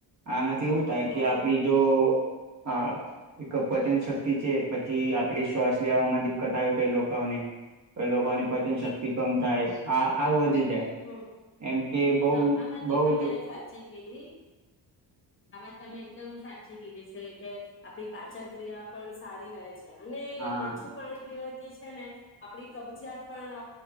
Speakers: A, on the right (about 40°); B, on the left (about 30°).
A: આ એવું થાય
B: હમ હમ
A: કે આપડી
B: હમ
A: જો હા એક પચન શક્તિ છે પછી આપડી શ્વાસ લેવામાં દિકકત આવે કઈ લોકોને ક પા પાચન શક્તિ. હા આવ વધી જાય
B: હમ્મ,
A: એમ કે બઉ
B: હા આ વાત તો
A: બઉ
B: તમે
A: જ
B: સાચી કીધી. આ વાત તમે એકદમ સાચ ચીધ છે કે આપણી પાચન ક્રિયા પણ સારી રહે છે. અને
A: હા
B: ઓછું પાણી પીવા ને આપણી કબજીયાત પણ